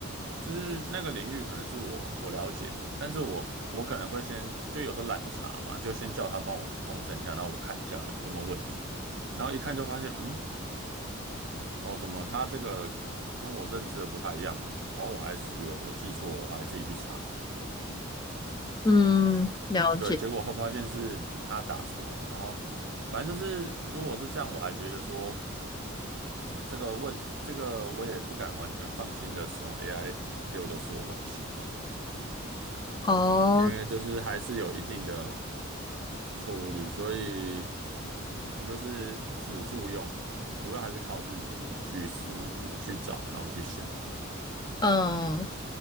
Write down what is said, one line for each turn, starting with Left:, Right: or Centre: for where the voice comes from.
Right: 就是那个领域可能是我我了解的，但是我我可能会先就有时候懒得查嘛，就先叫他帮我通整一下，然后我看一下有没有问题，然后一看就发现，嗯，哦，怎么他这个跟我认知的不太一样，然后我还是以为我记错，我还自己去查，
Left: 嗯，了解。
Right: 对，结果后发现是他打错了，然后反正就是如果是这样，我还觉得说这个问题，这个我也不敢完全放心的使用 AI 给我的所有东西。
Left: 哦，
Right: 因为就是还是有一定的错误率，所以我就是辅助用，主要还是靠自己去思去找，然后去想。
Left: 嗯